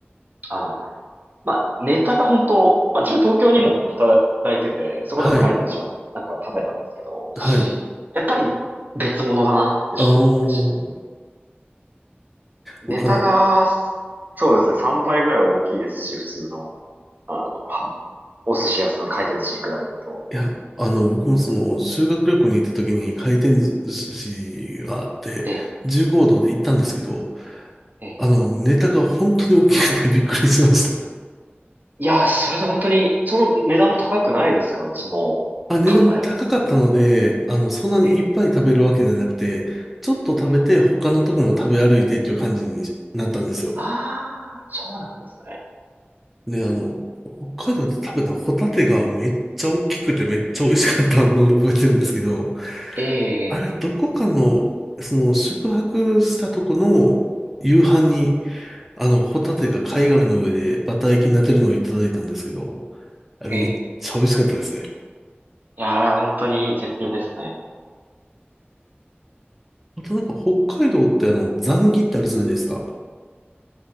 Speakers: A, on the right; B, in the centre.
A: あの、まあ、ネタが本当、まあ、自分東京にも働いてて、そこでも回転寿司はなく食べたんですけど、
B: はい、はい。
A: やっぱり別物だなってちょっと思ってしま
B: あお、
A: う。
B: 僕あの、
A: ネタが、そうですね、3倍ぐらい大きいですし、普通の、あの、はお寿司屋さん、回転寿司に比べると。
B: いや、あの、僕もその、修学旅行に行った時に回転寿司があって、
A: ええ、
B: 15度で行ったんですけど、
A: ええ
B: あの、ネタが本当に大きくて <laughs> びっくりしました。
A: いやー、それで本当に、その値段も高くないですかその、
B: あ、値段も高かったので、
A: 考えると全然。
B: あの、そんなにいっぱい食べるわけじゃなくて、
A: ええ、
B: ちょっと食べて他のとこも食べ歩いてっていう感じになったんですよ。
A: ええ。ああ、そうなんですね。
B: で、あの、北海道で食べたホタテがめっちゃ大きくてめっちゃ美味しかったのを覚えてるんですけど、
A: ええ、
B: あれ、どこかの、その、宿泊したとこの夕飯にあの、ホタテが貝殻の上でバター焼きになってるのをいただいたんですけど、あれめっちゃ美味しかったですね。
A: ええ。いや、あれは本当に絶品ですね。
B: あとなんか北海道ってあの、ザンギってあるじゃないですか。